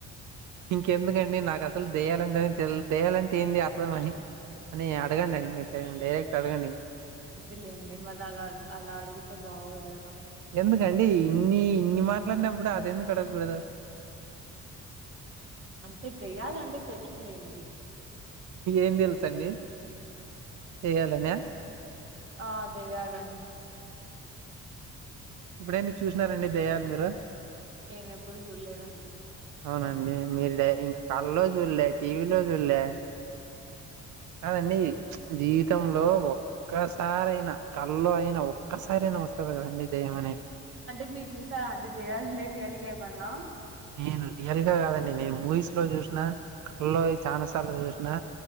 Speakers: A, on the right (about 75°); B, on the right (about 45°).
A: ఇంకెందుకండి నాకు అసలు దేయాలంటే అని తెలిదు దేయాలంటే ఏంది అర్థమని అని అడగండి అండి మీరు డైరెక్ట్ అడగండి
B: వద్దులే అండి మల్ల అలా అలా అడిగితే బాగోదు కదా
A: ఎందుకండి ఇన్ని ఇన్ని మాట్లాడినప్పుడు అది ఎందుకు అడగకూడదు
B: అంటే దెయ్యాలంటే తెలుసులేండి
A: ఏం తెలుసు అండి దెయ్యాలనే
B: ఆ దెయ్యాలని
A: ఇప్పుడన్నా చూసినారండి దయ్యాలు మీరు
B: నేనెప్పుడూ చూలేదండి
A: అవునండి మీరు డ ఇంకా కల్లో చూల్లే టీవీలో చూల్లే కాదండి ఉచ్ జీవితంలో ఒక్కసారి అయినా కల్లో అయిన ఒక్కసారైనా వస్తాది కదండి దెయ్యం మనే
B: అంటే మీరు చూసారా అండి దెయ్యాలు రియాల్గేమన్నా
A: నేను రియల్ గా కాదండి నేను మూవీస్ లో చూసినా కల్లో చానాసార్లు చూసినా